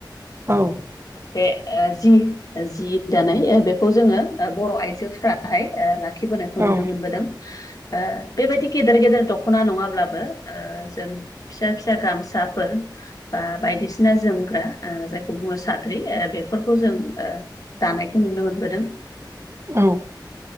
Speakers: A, on the right; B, on the left.
A: औ
B: बे ओ जि जि दानाय ओ बेखौ जोङो बर' आइजो फ्राहाय लाखिबोनायखौ
A: औ
B: नुनो मोनबोदों। ओ बेबायदि गेदेर गेदेर दख'ना नङाब्लाबो ओ जों। फिसा फिसा गामसाफोर बा बायदिसिना जोमग्रा ओ जायखौ बुङो। साख्रि ओ बेफोरखौ जों ओ दानायखौ नुनो मोनबोदों
A: औ